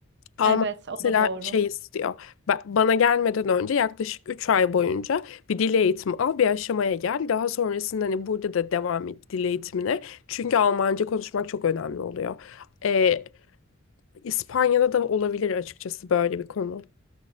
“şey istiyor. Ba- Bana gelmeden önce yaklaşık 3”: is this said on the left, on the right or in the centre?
Left